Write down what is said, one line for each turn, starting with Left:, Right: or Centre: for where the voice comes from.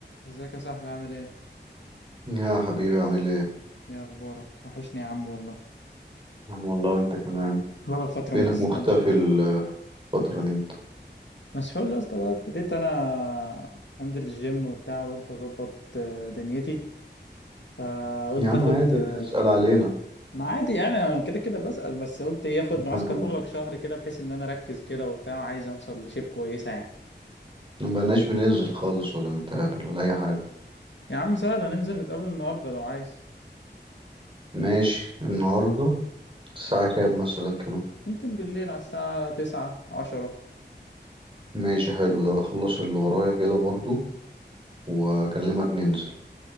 Left: ازيك يا صاحبي عامل ايه؟
Right: يا حبيبي عامل ايه
Left: ايه اخبارك؟ وحشني يا عم والله
Right: يا عم والله وانت كمان
Left: بقالك فترة
Right: فينك
Left: ما بتسألش
Right: مختفي الفترة دي انت
Left: مسحول يا اسطى بقى ابتديت انا انزل الجيم وبتاع وقلت اظبط آه، دنيتي فقلت
Right: يا عم
Left: اخد
Right: عادي
Left: آه،
Right: اسأل علينا
Left: ما عادي يعني انا كده كده بسأل بس قلت ايه اخد
Right: انت
Left: معسكر
Right: ما
Left: مغلق شهر كده بحيث ان انا اركز كده وبتاع وعايز اوصل لشيب كويسة يعني
Right: ما بقناش بننزل خالص ولا نتقابل ولا اي حاجة
Left: يا عم سهل هننزل نتقابل النهاردة لو عايز
Right: ماشي النهاردة الساعة كام مثلا كده
Left: ممكن بالليل على الساعة تسعة عشرة
Right: ماشي حلو ده اخلص اللي ورايا كده برضو واكلمك ننزل